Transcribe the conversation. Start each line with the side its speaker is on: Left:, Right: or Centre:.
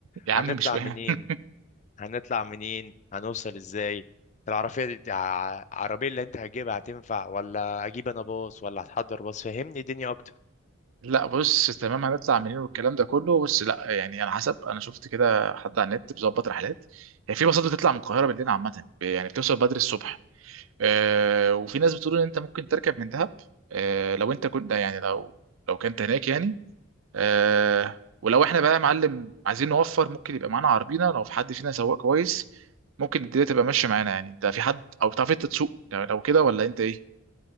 Right: يا عم
Left: هنطلع
Right: مش فاهم
Left: منين
Right: <laughs>
Left: هنطلع منين هنوصل ازاي العربيه دي ع- العربيه اللي انت هتجيبها هتنفع ولا اجيب انا باص ولا هتحضر باص فهمني الدنيا اكتر
Right: لا بص تمام هنطلع منين والكلام ده كله بس لا يعني على حسب انا شفت كده حد على النت بيظبط رحلات يعني في باصات بتطلع من القاهره بالليل عامه يعني بتوصل بدري الصبح آه وفي ناس بتقول ان انت ممكن تركب من دهب آه لو انت كنت يعني لو لو كنت هناك يعني آه ولو احنا بقى يا معلم عايزين نوفر ممكن يبقى معانا عربينا لو في حد فينا سواق كويس ممكن الدنيا تبقى ماشيه معانا يعني انت في حد او بتعرف انت تسوق لو لو كده ولا انت ايه